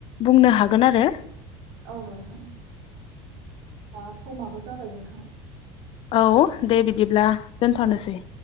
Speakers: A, on the left (about 45°); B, on the right (about 70°).
A: बुंनो हागोन आरो।
B: औ नोंथां दा समाबो जाबाय नोंथां।
A: औ दे बिदिब्ला। दोनथ'नोसै।
B: औ